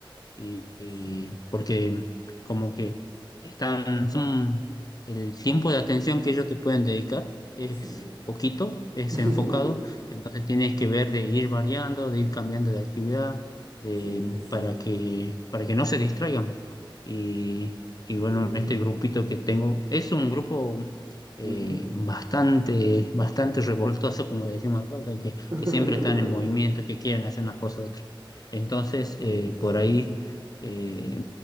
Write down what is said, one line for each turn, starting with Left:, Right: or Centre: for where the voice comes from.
Left: y,
Right: sí,
Left: y
Right: sí,
Left: porque como que están, son, el tiempo de atención que ellos te pueden dedicar es
Right: sí.
Left: poquito, es
Right: <laughs>
Left: enfocado, entonces tienes que ver de ir variando, de ir cambiando de actividad, de,
Right: Sí, sí, sí,
Left: para que, para que no se distraigan. Y, y
Right: sí.
Left: bueno, este grupito que tengo es un grupo eh,
Right: Ujú.
Left: bastante, bastante revoltoso, como le decimos acá, o sea, que,
Right: <laughs>
Left: que siempre están en movimiento, que quieren hacer unas cosas u otras. Entonces, eh,
Right: Sí, sí, sí,
Left: por ahí eh,